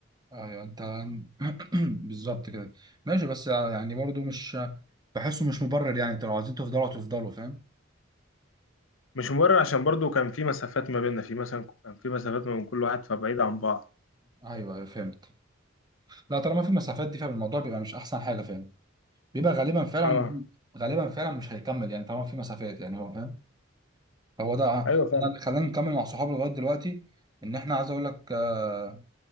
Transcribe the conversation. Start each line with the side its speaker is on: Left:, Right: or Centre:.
Right: ايوه انت <clears throat> بالظبط كده ماشي بس يعني برضو مش بحسه مش مبرر يعني انتوا لو عايزين تفضلوا تفضلوا فاهم
Left: مش مبرر عشان برضو كان في مسافات ما بيننا في مثلا كان في مسافات ما بين كل واحد فبعيد عن بعض
Right: ايوه ايوه فهمت لا طالما في مسافات دي فالموضوع بيبقى مش احسن حاجه فعلا بيبقى غالبا فعلا
Left: اه
Right: غالبا فعلا مش هيكمل يعني طالما في مسافات يعني هو فاهم هو ده
Left: ايوه فعلا
Right: انا اللي خلاني نكمل مع صحابي لغايه دلوقتي ان احنا عايز اقول لك آه،